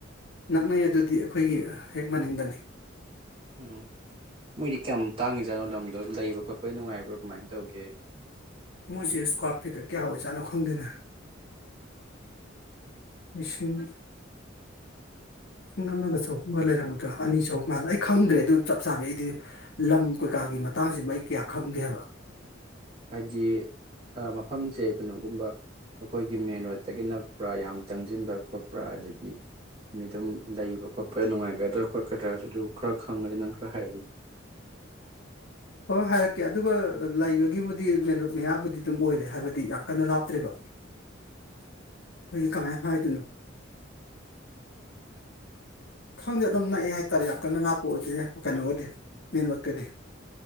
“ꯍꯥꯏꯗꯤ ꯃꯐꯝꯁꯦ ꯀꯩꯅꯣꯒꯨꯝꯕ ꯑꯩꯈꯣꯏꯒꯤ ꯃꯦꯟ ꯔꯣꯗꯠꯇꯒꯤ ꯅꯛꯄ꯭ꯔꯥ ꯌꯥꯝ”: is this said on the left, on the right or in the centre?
Right